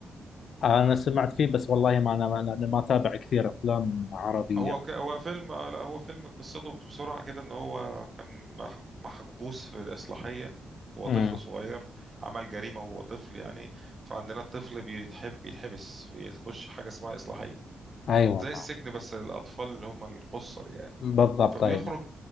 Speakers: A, on the left (about 70°); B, on the right (about 35°).
A: أنا سمعت فيه بس والله ما أنا ما أنا ما أتابع كثير أفلام عربية
B: هو ك... هو فيلم آه، لا هو فيلم قصته بسرعة كده ان هو كان مح- محبوس في الإصلاحية هو
A: امم
B: طفل صغير عمل جريمة وهو طفل يعني فعندنا الطفل بيتحب بيتحبس بيخش حاجة اسمها إصلاحية
A: أيوة
B: زي السجن بس للأطفال اللي هم القُصر يعني
A: بالضبط
B: فبيخرج
A: أيوة